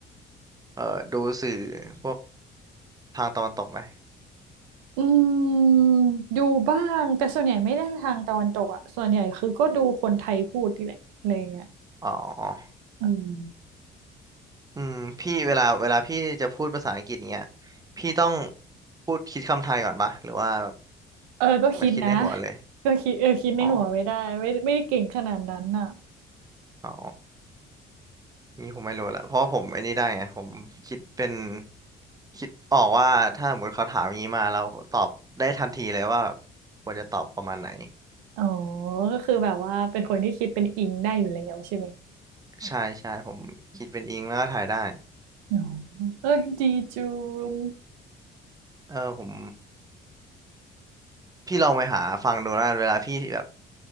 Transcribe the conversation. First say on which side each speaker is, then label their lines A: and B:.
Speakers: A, on the right (about 20°); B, on the right (about 80°).
A: เออดูสื่อพวกทางตะวันตกไหม
B: อืมดูบ้างแต่ส่วนใหญ่ไม่ได้ทางตะวันตกอ่ะส่วนใหญ่คือก็ดูคนไทยพูดนี่แหละอะไรอย่างเงี้ย
A: อ๋อ
B: อืม
A: อืมพี่เวลาเวลาพี่จะพูดภาษาอังกฤษเนี้ยพี่ต้องพูดคิดคำไทยก่อนปะหรือว่าแบบ
B: เออก็คิดนะ
A: มันคิดในหัวเลย
B: ก็คิดเออคิดในหัวไม่ได้ไม่ไม่ได้เก่งขนาดนั้นอ่ะ
A: อ๋ออ๋อ นี่ผมไม่รู้ละเพราะผมไอ้นี่ได้ไงผมคิดเป็นคิดออกว่าถ้าสมมติเขาถามอย่างนี้มาเราตอบได้ทันทีเลยว่าควรจะตอบประมาณไหน
B: อ๋อก็คือแบบว่าเป็นคนที่คิดเป็นอิงได้อยู่แล้วใช่ไหม
A: ใช่ใช่ผมคิดเป็นอิงแล้วก็ถ่ายได้
B: อ๋อเอ้ยดีจูง
A: เออผมพี่ลองไปหาฟังดูแล้วกันเวลาพี่แบบ